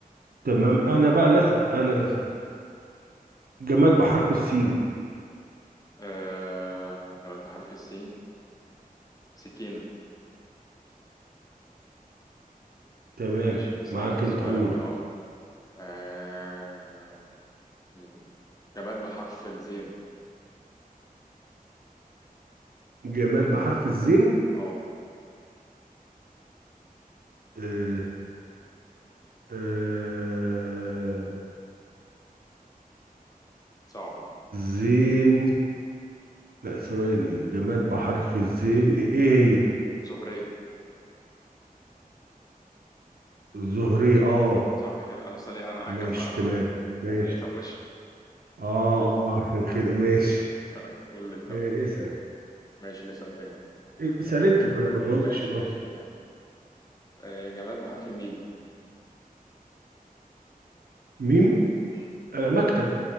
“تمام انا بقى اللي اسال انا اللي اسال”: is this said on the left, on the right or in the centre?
Right